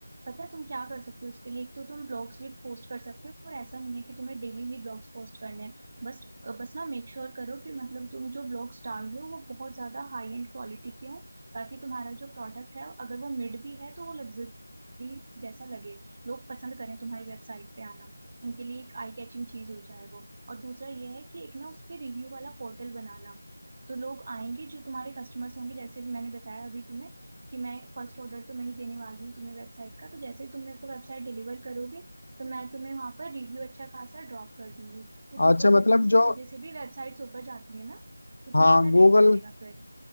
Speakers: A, on the right; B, on the left.
A: पता है तुम क्या कर सकते हो उसके लिए एक तो तुम ब्लॉग्स भी पोस्ट कर सकते हो और ऐसा नहीं है कि तुम्हें डेली ही ब्लॉग्स पोस्ट करने हैं बस बस ना मेक श्योर करो कि मतलब तुम जो ब्लॉग्स डाल रहे हो वो बहुत ज्यादा हाई एंड क्वालिटी के हो ताकि तुम्हारा जो प्रोडक्ट है अगर वो मिड भी है तो वो लग्जरी जैसा लगे लोग पसंद करें तुम्हारी वेबसाइट पे आना उनके लिए एक आई कैचिंग चीज हो जाए वो और दूसरा ये है कि एक ना उस पे रिव्यू वाला पोर्टल बनाना तो लोग आएंगे जो तुम्हारे कस्टमर्स होंगे जैसे कि मैंने बताया अभी तुम्हें कि मैं फर्स्ट ऑर्डर तो मैं ही देने वाली हूँ तुम्हें वेबसाइट का तो जैसे ही तुम मेरे को वेबसाइट डिलीवर करोगे तो मैं तुम्हें वहां पर रिव्यू अच्छा खासा ड्रॉप कर दूंगी तो गूगल
B: अच्छा
A: रिव्यूज
B: मतलब
A: की
B: जो
A: वजह से भी वेबसाइट्स ऊपर जाती है ना तो तुम्हारा
B: हाँ गूगल
A: रैंक करेगा फिर